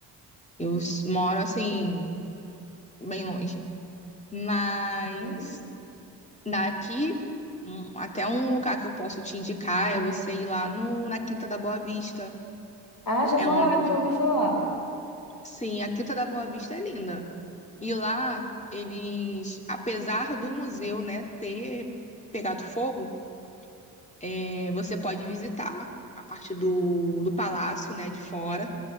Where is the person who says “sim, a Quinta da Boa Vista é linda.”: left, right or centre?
Left